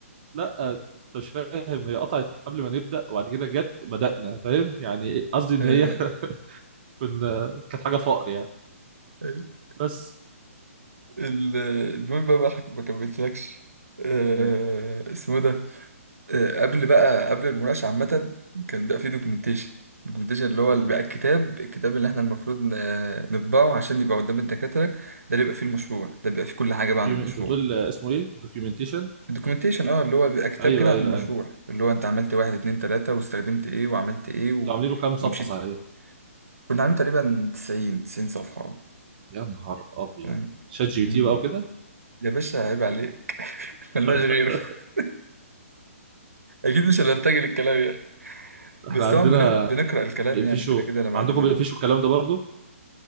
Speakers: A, on the right; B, on the right.
A: لا آه، انت مش فاهم هي قطعت قبل ما نبدا وبعد كده جت بدانا فاهم يعني إيه؟ قصدي ان
B: ايوه
A: هي <laughs> كنا كانت حاجه فقر يعني
B: أيوة.
A: بس
B: ال- المهم بقى ما حك- ما كملتلكش آه،
A: مم.
B: اسمه ده آه، قبل بقى قبل المناقشه عامه كان بقى في دوكيومنتيشن الدوكيومنتيشن اللي هو
A: مم.
B: اللي بقى الكتاب الكتاب اللي احنا المفروض ن- نطبعه عشان يبقى قدام الدكاتره ده اللي بيبقى فيه المشروع ده بيبقى فيه كل حاجه
A: دوكيومنت
B: بقى عن المشروع
A: انت بتقول اسمه ايه دوكيومنتيشن
B: الدوكيومنتيشن اه اللي هو بيبقى كتاب
A: ايوه
B: كده عن
A: ايوه
B: المشروع
A: ايوه
B: اللي هو انت عملت واحد اتنين تلاته واستخدمت ايه وعملت ايه
A: كنتوا
B: و...
A: عاملين له كام صفحه
B: ومشيت
A: صحيح
B: كنا عاملين تقريبا 90 90 صفحة اه
A: يا نهار ابيض
B: فاهم
A: شات جي بي
B: امم
A: تي بقى وكده
B: يا باشا عيب عليك ملناش
A: <laughs>
B: غيره <laughs> أكيد مش هنرتجل الكلام يعني بس
A: احنا عندنا
B: طبعا بنقر- بنقرأ الكلام
A: بيقفشوا
B: يعني كده كده أنا بعد
A: عندكم
B: ما
A: بيقفشوا الكلام ده برضو